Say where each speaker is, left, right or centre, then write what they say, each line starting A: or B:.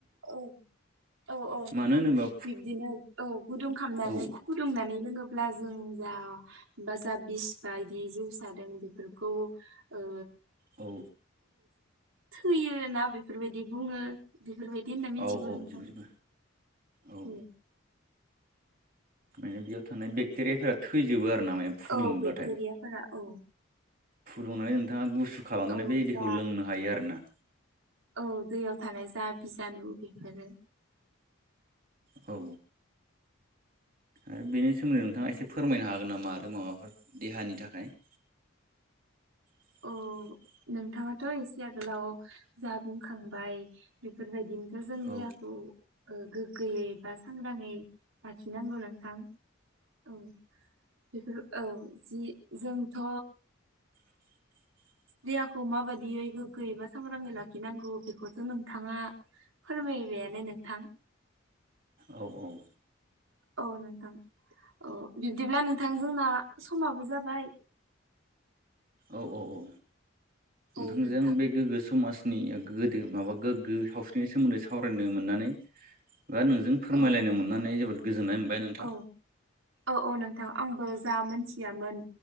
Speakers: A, on the right; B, on the right.
A: औ औ औ नोंथां
B: मानो होनोबा
A: बिब्दिनो औ गुदुं खालामनानै
B: औ
A: दुंनानै लोंङोब्ला जों जा ब बिस बायदि जउादों बेफोरखौ ओ
B: औ
A: थैयो ना बेफोरबायदि बुङो इदि होननानै मिथिगौ
B: औ औ
A: नोथां
B: जेबो जेबो औ
A: उम
B: माने बेयाव थानाय बेक्टेरियाफोरा थैजोबो आरो ना माने फुदुङोब्लाथाय
A: औ बेक्टेरियाफोरा औ
B: फुदुंनानै नोंथाङा गुसु खालामनानै
A: औ
B: बे
A: जा
B: दैखौ लोंनो हायो आरो ना
A: औ दैयाव थानाय जा बिजानु बिफोरो
B: औ आरो बेनि सोमोन्दै नोंथाङा एसे फोरमायनो हागोन नामा आरो माबाफोर देहानि थाखाय <inaudible> <inaudible>
A: औ नोंथाङाथ' एसे आगोलाव जा बुंखांबाय बेफोर बायदिनो जों देहाखौ
B: औ
A: ओ गोग्गोयै बा सांग्राङै लाखिनांगौ नोंथां औ बेफोर औ जि जोंथ'
B: <inaudible>
A: देहाखौ माबादियै गोग्गोय बा सांग्राङै लाखिनांगौ बेखौ जे नोंथाङा फोरमाय बायानो नोंथां
B: औ औ
A: औ नोंथां औ बिब्दिब्ला नोंथां जोंना समाबो जाबाय
B: औ औ औ नोंथांजों
A: औ नोंथां
B: बे गोग्गो समाज नि गोदो माबा गोग्गो सावस्रिनि सोमोन्दै सावरायनो मोननानै बा नोंजों फोरमायलायनो
A: औ
B: मोननानै जोबोद गोजोननाय मोनबाय नोंथां
A: औ औ औ नोंथां आंबो जा मोनथियामोन